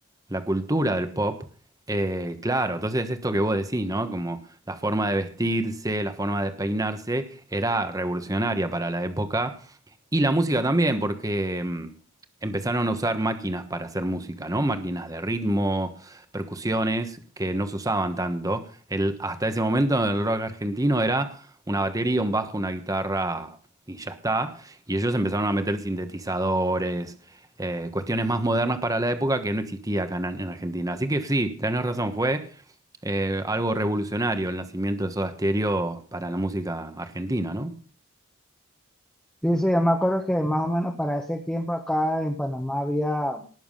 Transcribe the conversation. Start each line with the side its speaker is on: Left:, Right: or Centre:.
Right: la cultura del pop, eh, claro. Entonces, esto que vos decís, ¿no? Como la forma de vestirse, la forma de peinarse, era revolucionaria para la época. Y la música también, porque... mm, empezaron a usar máquinas para hacer música, ¿no? Máquinas de ritmo, percusiones que no se usaban tanto. El, hasta ese momento el rock argentino era una batería, un bajo, una guitarra y ya está. Y ellos empezaron a meter sintetizadores, eh, cuestiones más modernas para la época que no existía acá en, en Argentina. Así que sí, tenés razón, fue eh, algo revolucionario el nacimiento de Soda Stereo para la música argentina, ¿no?
Centre: Sí, sí, yo me acuerdo que más o menos para ese tiempo acá en Panamá había